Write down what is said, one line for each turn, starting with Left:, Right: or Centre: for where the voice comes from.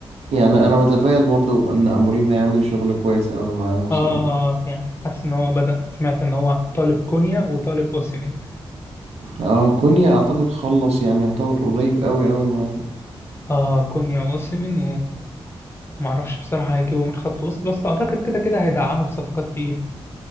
Right: يعني انا متفائل برضو بان اموريم هيعمل شغل كويس قوي معاهم صراحة
Left: اه اه يعني حاسس إن هو بدأ سمعت إن هو طالب كونيا وطالب أوسيمين
Right: اه كونيا اعتقد خلص يعني يعتبر قريب قوي قوي معاهم
Left: اه كونيا وأوسيمين ومعرفش بصراحة هيجيبوا من خط وسط بس أعتقد كده كده هيدعموا بصفقات تقيلة